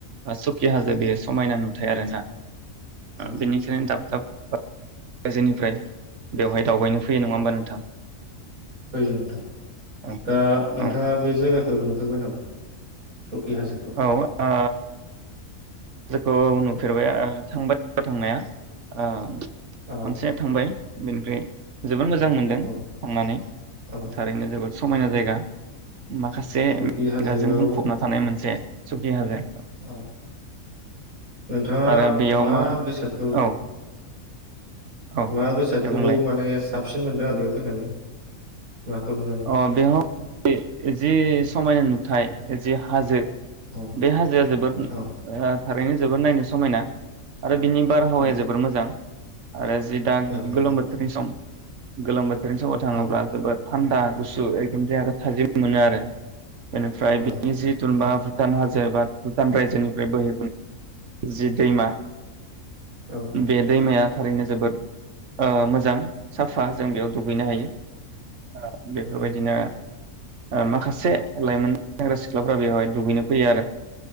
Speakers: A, on the right (about 60°); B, on the right (about 85°).
A: सुखि हाजो बेयो समायना नु थाय आरो ना
B: औ
A: बेनिखायनो दाब दाब ओ रायजोनिफ्राय बेवहाय दावबायनो फैयो नंङा होमबा नोंथां
B: फैयो नोंथां
A: औ
B: दा नोंथाङा
A: औ
B: बे जायगाखौ नुफेरबाय नामा? सकि हाजोखौ?
A: औ आ <unintelligible> खौ नुफेरबाय थांबाय थांनाया ओ
B: औ
A: खनसे थांबाय बेनिफ्राय जोबोद मोजां मोनदों
B: औ
A: थांनानै
B: औ
A: थारैनो जोबोद समायना जायगा माखासे
B: सकि
A: मेंगाजों
B: हाजोआव
A: बुंफबना थानाय
B: औ
A: मोनसे सुकि हाजो
B: औ नोंथाङा
A: आरो बेयाव
B: मा बेसादखौ
A: औ औ
B: मा बेसादखौ
A: दे बुंलाय
B: माने सिन मोनदों आरो बेयाव फैनानै? माखौ नुनानै?
A: अ बेहाव जि समायना नु थाय जे हाजो
B: औ
A: बे हाजोआ जोबोद ओया
B: औ
A: थारैनो जोबोद नायनो समायना आरो बिनि बारहावाया
B: औ
A: जोबोर मोजां। आरो जि दा
B: औ नंगौ
A: गोलोम बोथोरनि सम गोलोम बो थोर नि समाव थांङोब्ला
B: औ
A: जोबोद थान्दा गुसु एकदम देहाखौ थाजिम मोनो आरो। बेनिफ्राय
B: औ
A: बेनि जिुथुनबा
B: नंगौ
A: भुटान हाजो जेनबा भुटान रायजोनिफ्राय बोहैबो जि दैमा।
B: औ
A: बेे दैमाया। थारैनो जोबोद ओ मोजां साफा। जों बेयाव दुगैनो
B: औ
A: हायो ओ बेफोरबायदिनो।
B: नंगौ
A: ओ माखासे लाइमोन सेंग्रा सिख्लाफ्रा बेवहाय दुगैनो फैयो आरो